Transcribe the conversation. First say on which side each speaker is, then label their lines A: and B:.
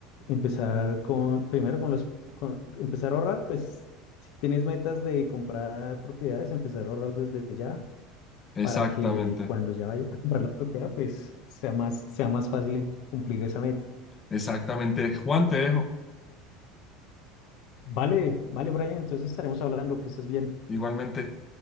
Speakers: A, on the left (about 65°); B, on the left (about 30°).
A: empezar con, primero con los, con- empezar a ahorrar, pues si tienes metas de comprar propiedades, empezar a ahorrar desde ya.
B: Exactamente,
A: para que cuando ya vayas a comprar la propiedad, pues sea más, sea más fácil cumplir esa meta.
B: exactamente. Juan, te dejo,
A: Vale, vale, Brian, entonces estaremos hablando, que estés bien.
B: igualmente.